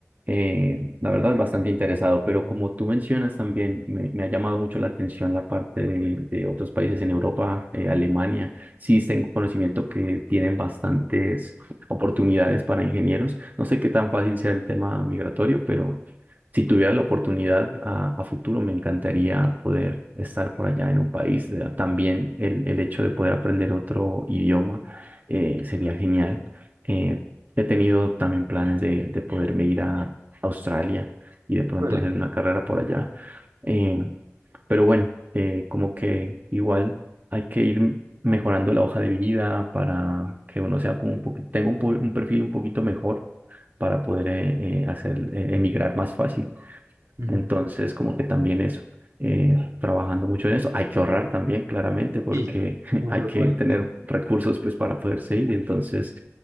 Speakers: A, on the right; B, on the right.
A: eh, la verdad, bastante interesado, pero como tú mencionas también, me, me ha llamado mucho la atención la parte de, de otros países en Europa, eh, Alemania. Sí, tengo conocimiento que tienen bastantes oportunidades para ingenieros. No sé qué tan fácil sea el tema migratorio, pero si tuviera la oportunidad a, a futuro, me encantaría poder estar por allá en un país. eh, También el, el hecho de poder aprender otro idioma eh, sería genial. Eh, he tenido también planes de, de poderme ir a Australia y de pronto
B: Órale.
A: hacer una carrera por allá. Eh, pero bueno, eh, como que igual hay que ir mejorando la hoja de vida para que uno sea como un poquito, tenga un, po- un perfil un poquito mejor para poder eh, eh, hacer eh, emigrar más fácil.
B: Ujú.
A: Entonces, como que también eso, eh, trabajando mucho en eso. Hay que ahorrar también, claramente, porque
B: Sí.
A: <laughs>
B: No,
A: hay
B: luego
A: que
B: hay-
A: tener recursos pues para poderse ir. Entonces,